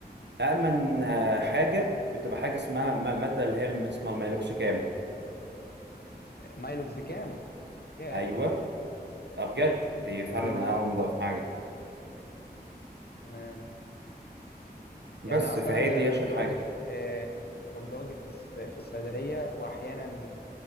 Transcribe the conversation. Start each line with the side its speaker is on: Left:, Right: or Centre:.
Right: امن آه، حاجه بتبقى حاجه اسمها م- ماده اللي هي الم- اسمها الميلوكسيكام
Left: مايلوكزيكام ياه
Right: ايوه آه، بجد دي فعلا
Left: ده انا
Right: انضف حاجه
Left: تمام
Right: بس
Left: يعني اصلا
Right: فهي
Left: انا لا-
Right: دي
Left: ببقى
Right: اشهر حاجه
Left: واقف آه، ببقى واقف في الص- في الصيدليه واحيانا